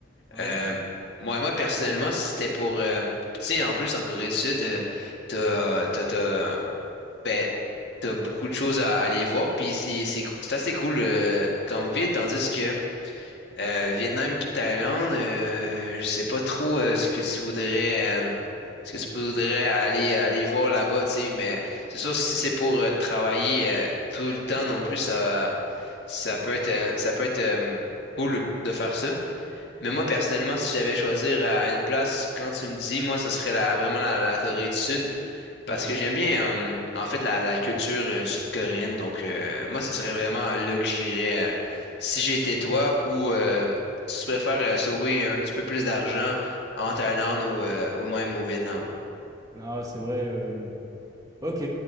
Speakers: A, on the right; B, on the left.
A: Ah
B: Euh,
A: ouais?
B: moi, moi, personnellement, si c'était pour. euh, tu sais, en plus, en Corée du Sud, euh, t'as, t'as, t'as- ben, t'as beaucoup de choses à à aller voir, puis c'est c'est cou- c'est assez cool euh, comme ville, tandis que euh, Vietnam puis Thaïlande, euh, je sais pas trop euh, ce que tu voudrais euh, ce que tu voudrais aller aller voir là-bas, tu sais, mais c'est sûr si c'est pour euh, travailler euh, tout le temps non plus, ça ça peut être euh, ça peut être euh, cool de faire ça. Mais
A: Ouais,
B: moi personnellement, si j'avais à choisir à à une place, quand tu me dis, moi, ce serait la, vraiment la, la Corée du Sud.
A: ok.
B: Parce que j'aime bien, euh, en fait, la, la culture euh, sud-coréenne. Donc, euh, moi, ce serait vraiment là que j'irais euh, si j'étais toi ou euh, si tu préfères euh, sauver un petit peu plus d'argent en Thaïlande ou, euh, ou même au Vietnam.
A: Non, c'est vrai. euh, ok.